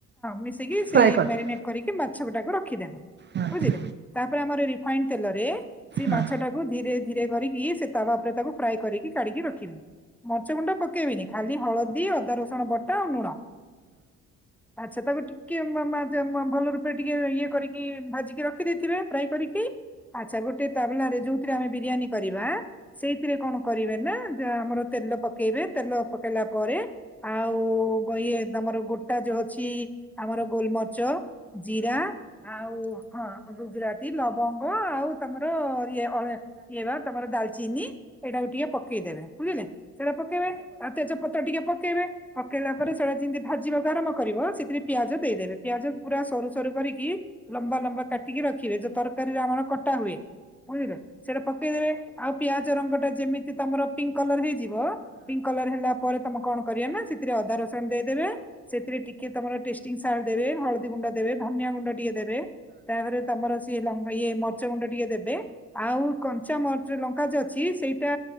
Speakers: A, in the centre; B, on the right.
A: ମିଶେଇକି ସେ
B: ଫ୍ରାଏ କରିଦେବେ
A: ମ୍ୟାରିନେଟ୍ କରିକି ମାଛ ଗୁଟାକୁ ରଖିଦବୁ ବୁଝିଲେ
B: ହଁ
A: ତାପରେ ଆମର ରିଫାଇନ ତେଲରେ ସେଇ
B: ହଁ।
A: ମାଛ ଟାକୁ ଧୀରେ ଧୀରେ କରିକି ସେ ତାୱ ଉପରେ ତାକୁ ଫ୍ରାଏ କରିକି କାଢିକି ରଖିବେ ମରିଚ ଗୁଣ୍ଡ ପକେଇବନି ଖାଲି ହଳଦୀ ଅଦା ରସୁଣ ବଟା ଆଉ ଲୁଣ ଆଚ୍ଛା ତାକୁ ଟିକେ ମ ମ ମ ମ ଭଲ ରୂପେ ଟିକେ ଇଏ କରିକି ଭାଜିକି ରଖି ଦେଇଥିବେ ଫ୍ରାଏ କରିକି ଆଛା ଗୋଟେ ତାବଲାରେ ଯଉଥିରେ ଆମେ ବିରିୟାନୀ କରିବା ସେଇଥିରେ କଣ କରିବ? ନା ଆମର ତେଲ ପକେଇବେ ତେଲ ପକେଇଲା ପରେ ଆଉ ଇଏ ତମର ଗୋଟା ଯୋଉ ଅଛି ଆମର ଗୋଲମର୍ଚ ଜିରା ଆଉ ହଁ ଗୁଜୁରାତି ଲବଙ୍ଗ ଆଉ ତମର ଇଏ ଇଏ ବା ତମର ଡଲଚିନି ଏଇଟାକୁ ଟିକେ ପକେଇଦେବେ ବୁଝିଲେ ସେଟା ପକେଇବେ ଆଉ ତେଜପତ୍ର ଟିକେ ପକେଇବେ ପକେଇଲା ପରେ ସେଟା ମ ଭଜିବା କ ଆରମ କରିବ ସେଥିରେ ପିଆଜ ଦେଇଦେଲେ ପିଆଜ ପୁରା ସରୁ ସରୁ କରିକି ଲମ୍ବା ଲମ୍ବା କାଟିକି ରଖିବେ ତର ୀରେ ଆମର କଟା ହୁଏ ବୁଝିଲେ ସେଟା ପକେଇଦେବେ ଆଉ ପିଆଜ ରଙ୍ଗଟା ଯେମିତି ତମର ପିଙ୍କ କଲର ହେଇଯିବ ପିଙ୍କ କଲର ହେଲା ପରେ ତମେ କଣ କରିବା ନା ସେଥିରେ ଅଦା ରସଣ ଦେଇଦେବେ ସେଥିରେ ଟିକେ ତମର ସ ଦେବେ ଗୁଣ୍ଡ ଦେବେ ଧନି ଗୁଣ୍ଡ ଟିକେ ଦେବେ ତାପରେ ତମର ସ ଇଏ ମର୍ଚ ଗୁଣ୍ଡ ଟିକେ ଦେବେ ଆଉ କଞ୍ଚା ମଚ ଲଙ୍କା ଯ ଅଛି ସେଇଟା